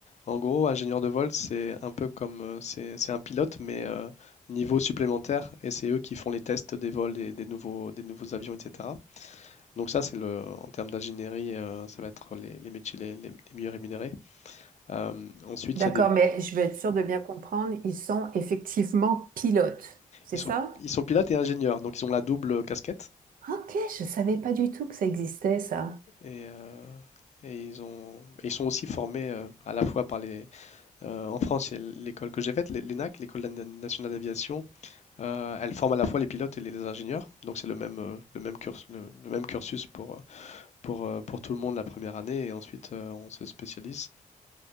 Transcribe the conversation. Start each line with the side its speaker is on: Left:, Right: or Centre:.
Left: En gros, ingénieur de vol, c'est un peu comme euh, c'est c'est un pilote mais euh, niveau supplémentaire et c'est eux qui font les tests des vols des, des nouveaux des nouveaux avions etc. Donc ça c'est le en termes d'ingénierie, euh, ça va être les, les métiers les, les- les mieux rémunérés. Euh, ensuite
Right: D'accord,
Left: il y a des
Right: mais je veux être sûre de bien comprendre, ils sont effectivement pilotes, c'est
Left: ils sont
Right: ça?
Left: ils sont pilotes et ingénieurs donc ils ont la double casquette.
Right: Ok, je savais pas du tout que ça existait, ça.
Left: Et, euh, et ils ont, et ils sont aussi formés euh, à la fois par les. euh, en France, il y a l'école que j'ai faite, l'E- l'ENAC, l'École na- nationale d'aviation. euh, elle forme à la fois les pilotes et les les ingénieurs. Donc c'est le même, euh, le même cursus, le, le même cursus pour, euh, pour, euh, pour tout le monde la première année. Et ensuite, euh, on se spécialise.